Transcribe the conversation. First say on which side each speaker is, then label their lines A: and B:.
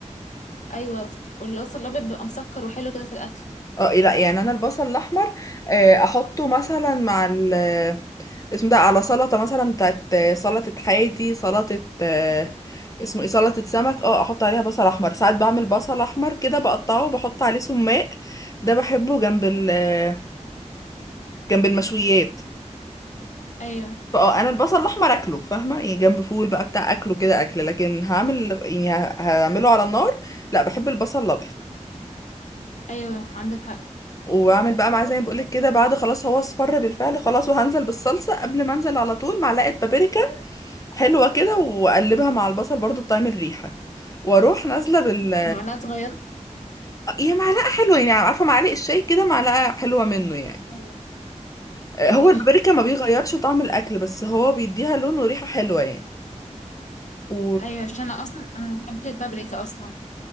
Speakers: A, on the left; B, on the left.
A: ايوه والبصل الابيض بيبقى مسكر وحلو كده في الاكل
B: اه لا يعني انا البصل الاحمر آه، احطه مثلا مع ال اسمه ده على سلطه مثلا بتاعت آه، سلطه حياتي سلطه آه، اسمه ايه سلطه سمك اه احط عليها بصل احمر ساعات بعمل بصل احمر كده بقطعه وبحط عليه سماق ده بحبه جنب ال آه، جنب المشويات
A: ايوه
B: فاه انا البصل الاحمر اكله فاهمه يعني جنب فول بقى بتاع اكله كده اكل لكن هعمل يعني ه- هعمله على النار لا بحب البصل الابيض
A: ايوه عندك حق
B: واعمل بقى معاه زي ما بقولك كده بعد خلاص هو اصفر بالفعل خلاص وهنزل بالصلصه قبل ما انزل على طول معلقه بابريكا حلوه كده واقلبها مع البصل برضو تطعم الريحه واروح نازله بال
A: معلقة صغيرة
B: هي معلقه حلوه يعني عارفه معلقه الشاي كده معلقه حلوه منه يعني
A: ايوه
B: آه،
A: ماشي
B: هو البابريكا ما بيغيرش طعم الاكل بس هو بيديها لون وريحه حلوه يعني و
A: ايوه عشان انا اصلا انا ما بحبش البابريكا اصلا